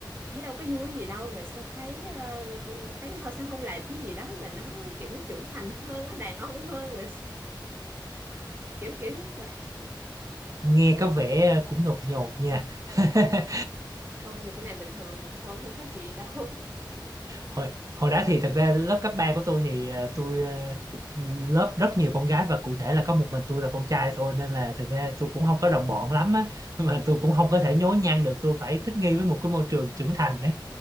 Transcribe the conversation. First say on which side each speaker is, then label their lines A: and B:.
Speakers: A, on the right (about 25°); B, on the right (about 45°).
A: thấy đâu có vui gì đâu mà sao thấy ờ, thấy họ sao không làm cái gì đó mà nó kiểu nó trưởng thành hơn nó đàn ông hơn mà kiểu kiểu giống vậy <laughs>
B: nghe có vẻ cũng nhột nhột nha <laughs>
A: không thì cái này bình thường thôi không có gì đâu
B: hồi hồi đó thì thật ra lớp cấp 3 của tôi thì ờ, tôi ờ, lớp rất nhiều con gái và cụ thể là có một mình tôi là con trai thôi nên là thực ra tôi cũng không có đồng bọn lắm á <laughs> mà tôi cũng không có thể nhố nhăng được tôi phải thích nghi với một cái môi trường trưởng thành đấy